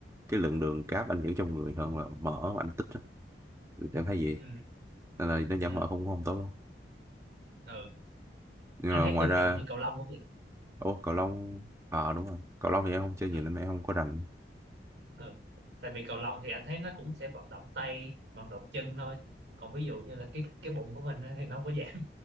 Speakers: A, on the right (about 15°); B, on the right (about 75°).
A: cái lượng đường cáp anh giữ trong người hơn là mỡ mà anh tích á Thì em thấy vậy
B: ừ
A: nên là nó giảm
B: ừ
A: mỡ không không tốt đâu
B: ừ
A: nhưng
B: anh
A: mà
B: thấy
A: ngoài
B: tương
A: ra
B: tự như cầu lông cũng
A: ủa cầu lông ờ đúng rồi cầu lông thì em không chơi nhiều
B: ừ,
A: nên em không có rành
B: ừ. tại vì cầu lông thì anh thấy nó cũng sẽ vận động tay vận động chân thôi còn ví dụ như là cái cái bụng của mình á thì nó không có giảm